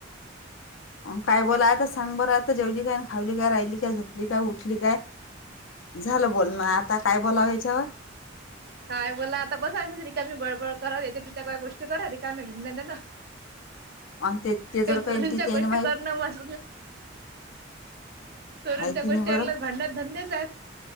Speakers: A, on the left (about 85°); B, on the right (about 55°).
A: काय बोला आता सांग बरं आता जेवली काय खावली काय राहिली काय झोपली काय उठली काय? झालं बोलण आता काय बोलावं याच्यावर
B: काय बोला आता बसयच रिकामी बळबळ करात याच्या तिच्या काही गोष्टी कर रा रिकाम घेन, देन
A: आणि ते ते जर
B: हेच
A: काही
B: चुरंच्या
A: त्याने
B: गोष्टी
A: माहित
B: करणार माझ चोरूनच्या
A: हाय की
B: गोष्टी
A: नाही बरं
B: ऐकत भांड धंदेच आहेत